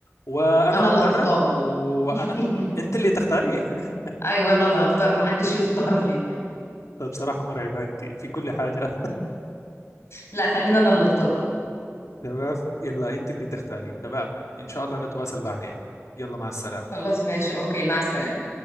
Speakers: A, on the left (about 85°); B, on the left (about 60°).
A: وأنا
B: انا اللي
A: أقرب
B: هختار
A: و- وأنا
B: <laughs>
A: أنت اللي تختاري <laughs>
B: ايوه انا اللي هختار محدش يختار لي
A: طيب بصراحة مرعبة أنت في كل حاجة
B: لا خلينا انا اللي اختار
A: <laughs> تمام يلا أنت اللي تختاري تمام إن شاء الله نتواصل بعدين يلا مع السلامة
B: خلاص ماشي اوكي مع السلامة